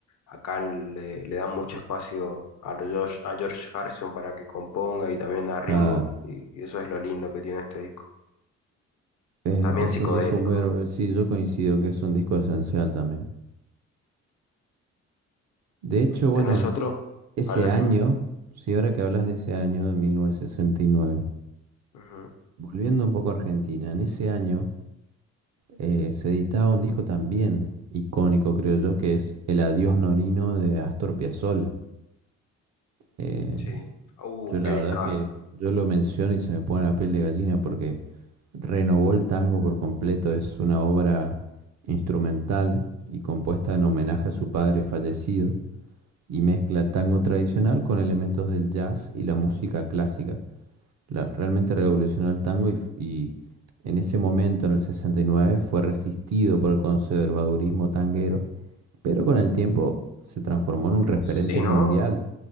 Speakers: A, on the left (about 65°); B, on the right (about 60°).
A: Acá le, le dan mucho espacio a George, a George Harrison para que componga y también a Ringo,
B: Claro,
A: y, y eso es lo lindo que tiene este disco.
B: es,
A: También psicodélico.
B: es un disco muy hermoso. Sí, yo coincido que es un disco esencial también. De hecho, bueno,
A: ¿Tenés otro?
B: ese
A: A ver, decime.
B: año, si ahora que hablas de ese año de 1969,
A: Ujú,
B: volviendo un poco a Argentina, en ese año eh, se editaba un disco también icónico, creo yo, que es El Adiós Nonino de Astor Piazzolla. Eh,
A: Sí. Uh,
B: Yo la
A: qué discazo.
B: verdad que yo lo menciono y se me pone la piel de gallina porque renovó el tango por completo. Es una obra instrumental y compuesta en homenaje a su padre fallecido y mezcla el tango tradicional con elementos del jazz y la música clásica. La- realmente revolucionó el tango y, f- y en ese momento, en el 69, fue resistido por el conservadurismo tanguero, pero con el tiempo se transformó en un referente
A: Sí, ¿no?
B: mundial